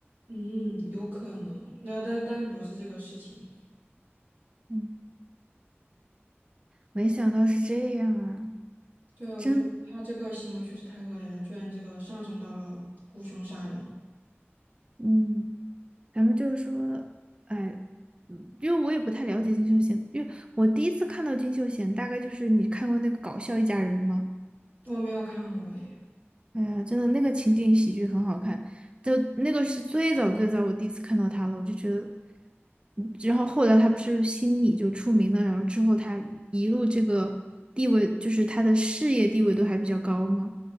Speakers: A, on the right; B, on the right.
A: 嗯，有可能。那但但不是这个事情。
B: 嗯，没想到是这样啊，
A: 对啊，我觉得他这个行为确实太恶劣了，
B: 真，
A: 居然这个上升到了雇凶杀人，
B: 嗯，咱们就是说，哎，嗯因为我也不太了解金秀贤，因为我第一次看到金秀贤，大概就是你看过那个《搞笑一家人》吗？
A: 我没有看过耶。
B: 哎呀，真的那个情景喜剧很好看，就那个是最早最早我第一次看到他了，我就觉得，嗯然后后来他不是心理就出名了，然后之后他一路这个地位，就是他的事业地位都还比较高嘛，